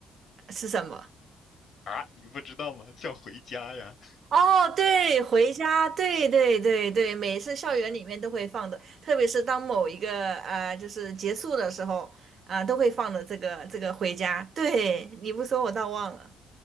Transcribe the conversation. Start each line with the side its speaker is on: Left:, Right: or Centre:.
Right: 是什么？
Left: 啊，你不知道吗？叫《回家》呀。
Right: 哦，对，回家，对对对对，每次校园里面都会放的，特别是当某一个呃，就是结束的时候啊、都会放的这个这个回家。对，你不说我倒忘了。